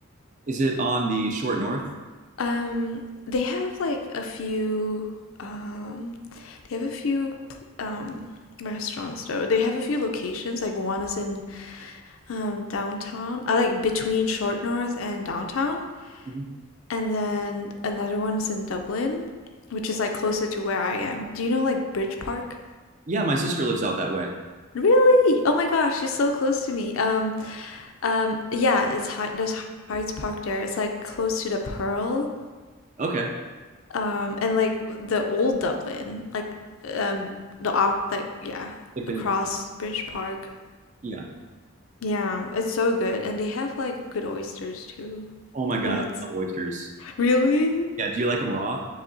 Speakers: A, on the right; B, on the left.
A: Is it on the short north?
B: Um, they have like a few, um, they have a few, pl- um, restaurants though. They have a few locations. Like one is in um downtown, I like between Short North and downtown,
A: Mhm.
B: and then another one's in Dublin, which is like closer to where I am. Do you know like Bridge Park?
A: Yeah, my sister lives out that way.
B: Really? Oh my gosh, you so close to me. Um, um, yeah, it's Hy- there's Hyde's Park there. It's like close to the Pearl.
A: Okay.
B: um and like the old Dublin like um the op like yeah
A: Like the,
B: across Bridge Park
A: yeah.
B: yeah it's so good and they have like good oysters too
A: Oh my God,
B: yeah, it's
A: I love oysters.
B: really
A: Yeah. Do you like them raw?